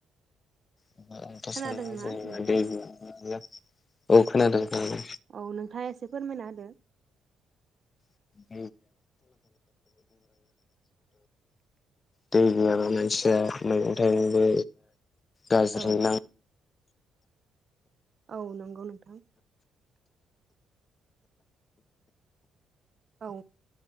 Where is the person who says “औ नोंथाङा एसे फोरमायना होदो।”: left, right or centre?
Right